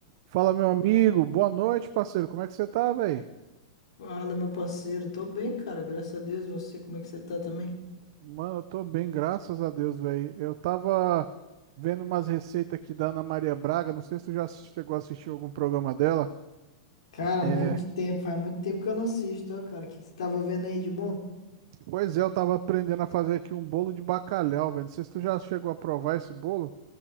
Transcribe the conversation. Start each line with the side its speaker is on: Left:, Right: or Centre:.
Right: Fala, meu amigo. Boa noite, parceiro. Como é que você tá, velho?
Left: Fala, meu parceiro. Tô bem, cara. Graças a Deus. E Você, como é que você tá também?
Right: Mano, eu tô bem, graças a Deus, velho. Eu tava vendo umas receitas aqui da Ana Maria Braga. Não sei se tu já chegou a assistir algum programa dela.
Left: Cara,
Right: É,
Left: muito tempo, faz muito tempo que eu não assisto, ó, cara. O que que você tava vendo aí de bom?
Right: pois é, eu tava aprendendo a fazer aqui um bolo de bacalhau, velho. Não sei se tu já chegou a provar esse bolo.